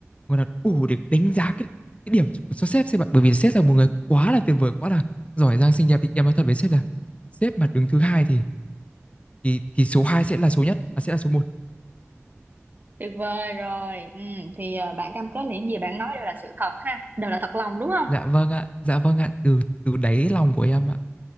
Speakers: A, on the left (about 25°); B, on the right (about 40°).
A: gọi là đủ để đánh giá cái cái điểm của cho sếp sếp ạ. Bởi vì sếp là một người quá là tuyệt vời, quá là giỏi giang xinh đẹp thì em nói thật với sếp là sếp mà đứng thứ hai thì thì thì số 2 sẽ là số nhất, à, sẽ là số một.
B: tuyệt vời rồi ừ, thì ờ, bạn cam kết là những gì bạn nói đều là sự thật ha đều là thật lòng đúng không
A: Dạ vâng ạ, dạ vâng ạ, từ từ đáy lòng của em ạ.